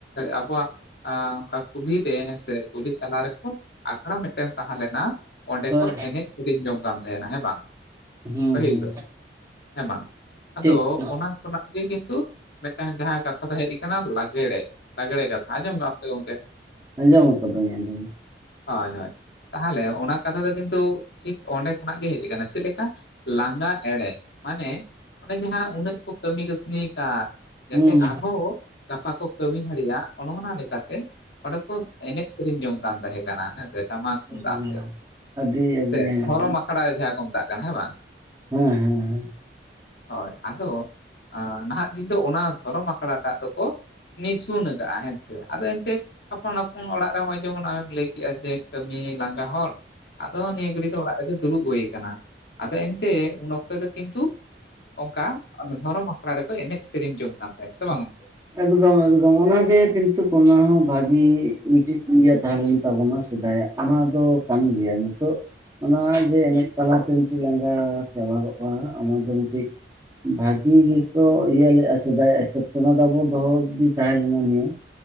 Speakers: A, on the left; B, on the right.
A: ᱟᱵᱚᱣᱟᱜ ᱟ ᱚᱱᱠᱟ ᱠᱩᱞᱦᱤᱨᱮ ᱥᱮ ᱠᱩᱞᱦᱤ ᱛᱟᱞᱟ ᱨᱮᱠᱚ ᱟᱠᱷᱲᱟ ᱢᱤᱫ ᱴᱮᱱ ᱛᱟᱦᱞᱮᱱᱟ ᱚᱸᱰᱮ
B: ᱦᱳᱭ
A: ᱠᱚ ᱮᱱᱮᱡ ᱥᱮᱨᱮᱧ ᱡᱚᱝ ᱠᱟᱱ ᱛᱟᱦᱮᱱᱟ ᱦᱮᱸ ᱵᱟᱝ
B: ᱦᱩᱸ
A: ᱯᱟᱹᱦᱤᱞ
B: ᱦᱩᱸ
A: ᱫᱚ ᱦᱮᱸ ᱵᱟᱝ ᱟᱫᱚ
B: ᱴᱷᱤᱠ ᱴᱷᱤᱠ
A: <unintelligible> ᱠᱷᱚᱱᱟᱜ ᱜᱮ ᱠᱤᱱᱛᱩ ᱢᱤᱫᱴᱟᱝ ᱡᱟᱦᱟᱸ ᱠᱟᱛᱷᱟ ᱫᱚ ᱦᱮᱡ ᱟᱠᱟᱱᱟ ᱞᱟᱜᱽᱲᱮ ᱞᱟᱜᱲᱮ ᱠᱟᱛᱷᱟ ᱟᱱᱡᱚᱢ ᱠᱟ ᱟᱢ ᱥᱮ ᱜᱚᱢᱠᱮ?
B: ᱟᱸᱡᱚᱢ ᱠᱟᱹᱫᱟᱹᱧ ᱟᱸᱡᱚᱢ
A: ᱦᱳᱭ ᱦᱳᱭ ᱛᱟᱦᱚᱞᱮ ᱚᱱᱟ ᱠᱟᱛᱷᱟ ᱫᱚ ᱠᱤᱱᱛᱩ ᱴᱷᱤᱠ ᱚᱱᱰᱮ ᱠᱷᱚᱱᱟᱜ ᱜᱮ ᱦᱮᱡ ᱟᱠᱟᱱᱟ ᱪᱮᱫ ᱞᱮᱠᱟ ᱞᱟᱸᱜᱟ ᱮᱲᱮ ᱢᱟᱱᱮ ᱚᱱᱮ ᱡᱟᱦᱟᱸ ᱩᱱᱟᱹᱜ ᱠᱟᱹᱢᱤ ᱠᱟᱹᱥᱱᱤᱭᱠᱟ ᱡᱟᱛᱮ
B: ᱦᱩᱸ
A: ᱟᱨᱦᱚᱸ ᱜᱟᱯᱟ ᱠᱚ ᱠᱟᱹᱢᱤ ᱫᱷᱟᱲᱮᱭᱟᱜ ᱚᱱᱟ ᱚᱱᱟ ᱞᱮᱠᱟᱛᱮ ᱚᱱᱰᱮ ᱠᱚ ᱮᱱᱮᱡ ᱥᱮᱨᱮᱧ ᱡᱚᱝ ᱠᱟᱱ ᱛᱟᱦᱮᱸ ᱠᱟᱱᱟ ᱦᱮᱸᱥᱮ ᱴᱟᱢᱟᱠ ᱛᱩᱢᱫᱟᱜ
B: ᱦᱩᱸ
A: ᱟᱛᱮ
B: ᱟᱹᱰᱤ ᱟᱹᱰᱤ
A: ᱥᱮ
B: ᱦᱮᱸ
A: ᱫᱷᱚᱨᱚᱢ ᱟᱠᱷᱲᱟ ᱡᱟᱦᱟᱸ ᱠᱚ ᱢᱮᱛᱟᱜ ᱠᱟᱱᱟ ᱦᱮᱸ ᱵᱟᱝ
B: ᱦᱮᱸ ᱦᱮᱸ ᱦᱮᱸ
A: ᱦᱳᱭ ᱟᱫᱚ ᱱᱟᱦᱟᱜ ᱫᱤᱱ ᱫᱚ ᱚᱱᱟ ᱫᱷᱚᱨᱚᱢ ᱟᱠᱷᱲᱟᱴᱟᱜ ᱫᱚᱠᱚ ᱱᱤᱥᱩᱱᱠᱟᱜ-ᱟ ᱦᱮᱸ ᱥᱮ ᱟᱫᱚ ᱮᱱᱛᱮ ᱟᱯᱟᱱ ᱟᱯᱚᱱ ᱚᱲᱟᱜ ᱨᱮ ᱱᱚᱜᱚᱭ ᱡᱮᱢᱚᱱ ᱟᱢᱮᱢ ᱞᱟᱹᱭ ᱠᱮᱫᱼᱟ ᱡᱮ ᱠᱟᱹᱢᱤ ᱞᱟᱸᱜᱟ ᱦᱚᱲ ᱟᱫᱚ ᱱᱤᱭᱟᱹ ᱜᱷᱟᱹᱲᱤ ᱫᱚ ᱚᱲᱟᱜ ᱨᱮᱜᱮ ᱫᱩᱲᱩᱵ ᱦᱩᱭ ᱠᱟᱱᱟ ᱟᱫᱚ ᱮᱱᱛᱮ ᱩᱱ ᱚᱠᱛᱚ ᱫᱚ ᱠᱤᱱᱛᱩ ᱚᱱᱠᱟ ᱫᱷᱚᱨᱚᱢ ᱟᱠᱷᱲᱟ ᱨᱮᱠᱚ ᱮᱱᱮᱡ ᱥᱮᱨᱮᱧ ᱡᱚᱝ ᱠᱟᱱ ᱛᱟᱦᱮᱸᱫ ᱥᱮ ᱵᱟᱝ ᱜᱚᱝᱠᱮ
B: ᱮᱠᱫᱚᱢ ᱮᱠᱫᱚᱢ ᱚᱱᱟᱜᱮ ᱠᱤᱱᱛᱩ ᱚᱱᱟ ᱦᱚᱸ ᱵᱷᱟᱜᱤ ᱢᱤᱫᱴᱤᱡ ᱤᱭᱟᱹ ᱛᱟᱦᱮᱸᱞᱮᱱ ᱛᱟᱵᱚᱱᱟ ᱥᱮᱫᱟᱭᱟᱜ ᱚᱱᱟ ᱫᱚ ᱠᱟᱹᱢᱤ ᱜᱮᱭᱟ ᱱᱤᱛᱚᱜ ᱚᱱᱟ ᱡᱮ ᱮᱱᱮᱡ ᱛᱟᱞᱟᱛᱮ ᱢᱤᱫᱴᱮᱱ ᱞᱟᱸᱜᱟ ᱪᱟᱵᱟᱚᱜᱼᱟ ᱚᱱᱟ ᱫᱚ ᱢᱤᱫᱴᱤᱡ ᱵᱷᱟᱜᱤ ᱜᱮᱠᱚ ᱤᱭᱟᱹ ᱞᱮᱜᱼᱟ ᱥᱮᱫᱟᱭᱟᱜ ᱦᱤᱥᱟᱹᱵ ᱛᱮᱢᱟ ᱵᱟᱵᱚ ᱫᱚᱦᱚ ᱤᱫᱤ ᱛᱟᱦᱮᱸ ᱞᱮᱱᱟ ᱱᱤᱭᱟᱹ